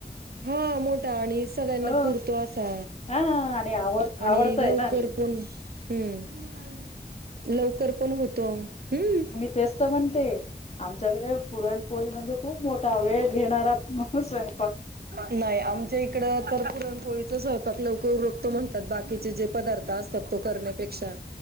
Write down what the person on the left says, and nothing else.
हो
हा आणि आवड
आवडतय
ना
तेचं म्हणते. आमच्याकडे पुरणपोळी म्हणजे खूप मोठा वेळ घेणारा म्हणू स्वयं